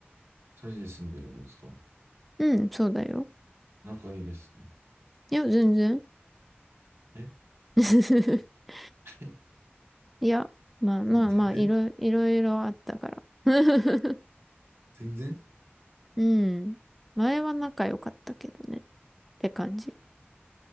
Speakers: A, on the right; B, in the centre.
A: 二人で住んでるんですか
B: うん、そうだよ。
A: 仲いいですね。
B: いや、全然。
A: え
B: <laughs>
A: <laughs>
B: いや、まあまあまあ、
A: 全然え
B: いろ、いろいろあったから。<laughs>
A: 全然
B: うん。前は仲良かったけどね。って感じ。